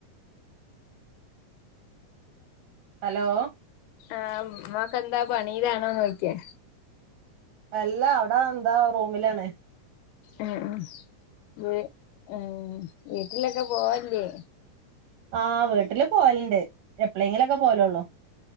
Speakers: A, on the right; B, on the left.
A: ഹലോ
B: ആ ഉമ്മക്ക്ന്താ പണിയിലാണോ ചോയിച്ചെ
A: അല്ലാ അവിടെ എന്താ റൂമിലാണ്
B: ഉ ഉ ഉ വീ വീട്ടിലൊക്കെ പോവല്ലേ
A: ആഹ് വീട്ടില് പോവലുണ്ട് എപ്പോഴെങ്കിലുംക്കെ പോവലുള്ളൂ